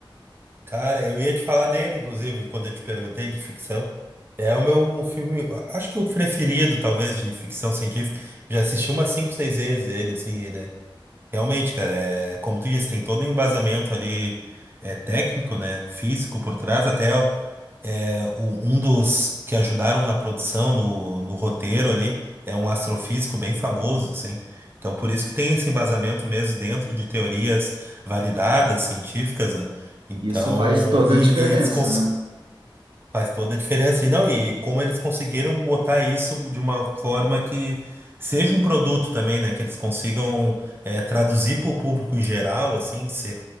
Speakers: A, on the right; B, on the right.
A: Cara, eu ia te falar dele, inclusive, quando eu te perguntei de ficção. É o meu um filme, a- acho que o preferido, talvez, de ficção científica. Já assisti umas cinco, seis vezes ele, assim, ele é... Realmente, cara, é... como tu disse, tem todo um embasamento ali é, técnico, né? Físico por trás, até É, o- um dos que ajudaram na produção, no, no roteiro ali, é um astrofísico bem famoso, assim. Então, por isso que tem esse embasamento mesmo dentro de teorias validadas, científicas, né? Então,
B: Isso faz toda
A: e,
B: a diferença,
A: e eles cons-
B: né?
A: Faz toda a diferença. E não, e como eles conseguiram botar isso de uma forma que seja um produto também, né? Que eles consigam eh, traduzir para o público em geral, assim, se,